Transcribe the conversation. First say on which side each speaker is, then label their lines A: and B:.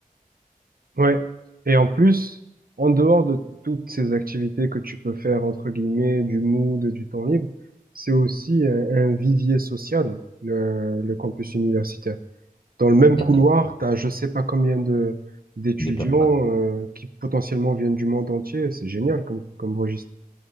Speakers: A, on the right; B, on the left.
A: Ouais. Et en plus, en dehors de toutes ces activités que tu peux faire, entre guillemets, du mood, du temps libre, c'est aussi un, un vivier social, le, le campus universitaire. Dans le même
B: Et
A: couloir,
B: t'as
A: t'as je sais pas combien de d'étudiants
B: de perdre ça.
A: euh, qui potentiellement viennent du monde entier. C'est génial comme, comme registre.